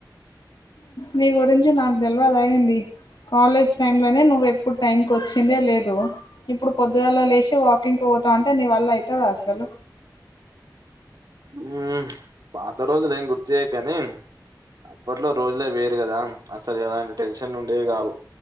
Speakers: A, on the left; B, on the right.
A: నీ గురించి నాకు తెల్వద ఎంది కాలేజ్ టైమ్ లోనే నువ్వు ఎప్పుడు టైంకి వచ్చిందే లేదు ఇప్పుడు పొద్దుగాళ లేసి వాకింగ్ పో పోతా అంటే నీవల్ల అయితద అసలు
B: ఉ పాత రోజుల ఏమి గుర్తుచేయకు గాని అప్పట్లో రోజులే వేరు కదా అసలు ఎలాంటి టెన్షన్ ఉండేవి కావు